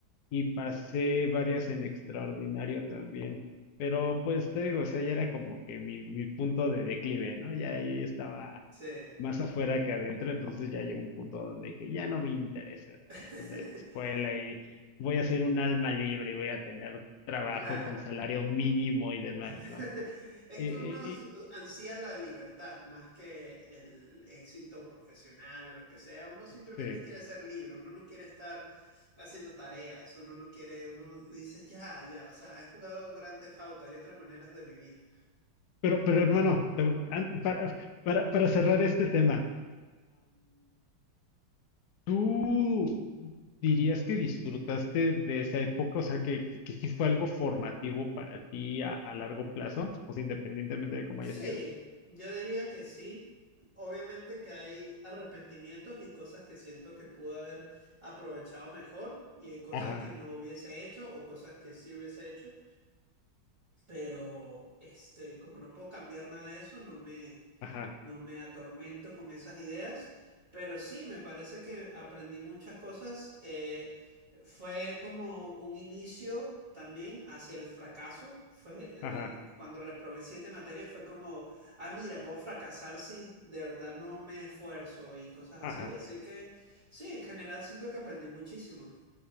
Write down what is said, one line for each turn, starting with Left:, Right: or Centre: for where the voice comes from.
Left: y pasé varias en extraordinario también. Pero pues te digo, o sea, ya era como que mi, mi punto de declive, ¿no? Ya yo ya estaba
Right: sí.
Left: más afuera que adentro, entonces ya llegó un punto donde dije, ya no me interesa saber
Right: <laughs>
Left: de la escuela y voy a ser un alma libre y voy a tener trabajo
Right: Claro.
Left: con salario mínimo y demás,
Right: <laughs>
Left: ¿no?
Right: Es
Left: Eh,
Right: que
Left: eh,
Right: uno
Left: eh,
Right: ansía la libertad más que el éxito profesional o lo que sea. Uno simplemente
Left: sí.
Right: quiere ser libre, uno no quiere estar haciendo tareas, uno no quiere, uno dice ya, ya, o sea, he jugado Grand Theft Auto, hay otras maneras de vivir.
Left: Pero, pero hermano, te- an- para, para, para cerrar este tema, ¿Tú dirías que disfrutaste de esa época? O sea, que, que, que sí fue algo formativo para ti a, a largo plazo, o sea, independientemente de cómo
Right: Sí,
Left: haya sido.
Right: yo diría que sí. Obviamente que hay arrepentimientos y cosas que siento que pude haber aprovechado mejor y hay cosas
Left: Ajá,
Right: que no hubiese hecho o cosas que sí hubiese hecho. pero este, como no puedo cambiar nada de eso, no me,
Left: ajá,
Right: no me atormento con esas ideas, pero sí, me parece que aprendí muchas cosas. eh, fue como un inicio también hacia el fracaso. Fue, eh,
Left: ajá,
Right: eh, cuando reprobé siete materias fue como, ah, mira, puedo fracasar si de verdad no me esfuerzo y cosas así.
Left: ajá.
Right: Así que sí, en general siento que aprendí muchísimo,